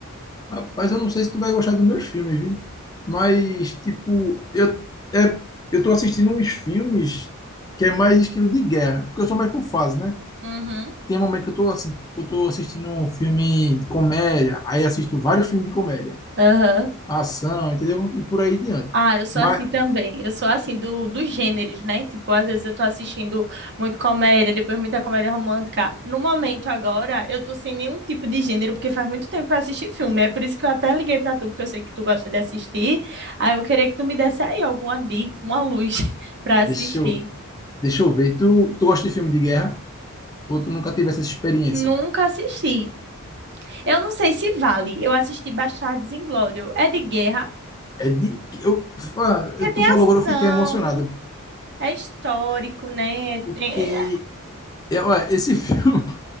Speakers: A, on the left (about 15°); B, on the right (about 55°).
A: Rapaz, eu não sei se tu vai gostar dos meus filmes, viu? Mas, tipo, eu, é, eu tô assistindo uns filmes que é mais estilo de guerra, porque eu sou mais por fase, né?
B: Uhum.
A: Tem um momento que eu tô, assim, eu tô assistindo um filme de comédia, aí assisto vários filmes de comédia,
B: Aham.
A: ação, entendeu? E por aí diante.
B: Ah, eu sou
A: Mas,
B: assim também. Eu sou assim do, dos gêneros, né? Tipo, às vezes eu tô assistindo muito comédia, depois muita comédia romântica. No momento agora, eu tô sem nenhum tipo de gênero, porque faz muito tempo que eu assisti filme. É por isso que eu até liguei pra tu, porque eu sei que tu gosta de assistir. Aí eu queria que tu me desse aí alguma dica, uma luz <laughs> pra assistir.
A: deixa eu, deixa eu ver, tu, tu gosta de filme de guerra ou tu nunca teve essa experiência?
B: Nunca assisti. Eu não sei se vale. Eu assisti Bastardos Inglórios. É de guerra,
A: É de, eu, ah,
B: que tem
A: tu falou
B: ação,
A: agora, eu fiquei emocionado,
B: é histórico, né?
A: porque
B: Tem- é,
A: É, ué, Esse <laughs> filme,